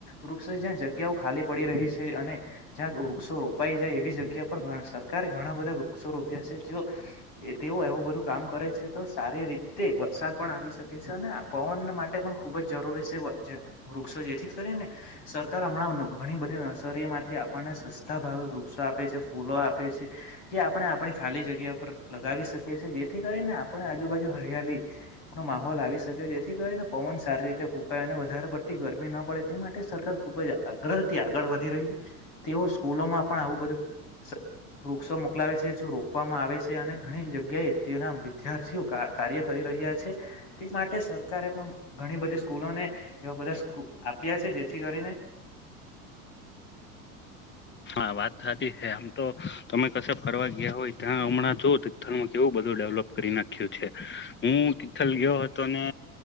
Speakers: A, on the left; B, on the left.
A: વૃક્ષો જ્યાં જગ્યાઓ ખાલી પડી રહી છે અને જ્યાં વૃક્ષો રોપાઈ જાય એવી જગ્યા પર સરકારે ઘણા બધા વૃક્ષો રોપ્યા છે જે એ તેવું આવવું બધું વધું કામ કરે છે તો સારી રીતે વરસાદ પણ આવી શકે છે અને પવન માટે પણ ખૂબ જ જરૂરી છે. જે વૃક્ષો જેથી ને સરકાર હમણાં ઘણી બધી નર્સરીમાંથી આપણને સસ્તા ભાવે વૃક્ષો આપે છે, ફૂલો આપે છે, જે આપણે આપણી ખાલી જગ્યા ઉપ લગાવી શકીએ છીએ જે જેથી કરીને આપણે આજુબાજુ હરિયાળલીનો માહોલ આવી શકે જેથી કરીને પવન સારી રીતે ફૂંકાય વધ પડતી ગરમી ન પડે તે માટે સરકાર ખુબ જ આગ્રહ થી આગળ વધી રહી છે. તેઓ સ્કૂલો માં પણ આવું બધું વૃક્ષો મોકલાવે છે, જે રોપવામાં આવે છે અને ઘણી જગ્યાએ તેના વિદ્યાર્થીઓ કાર્ય કર રહ્યા છે તે માટે સરકારે પણ ઘણી બધી સ્કૂલોને એવા બધા આપ્યા છે, જેથી કરીને
B: હા વાત સાચી છે આમ તો તમે કશે ફરવા ગયા હોય ત્યાં હમણાં જો તથલમાં કેવું બધ ડેવલપ કરી નાખ્યું છે, હું તિથલ ગયો હતો અને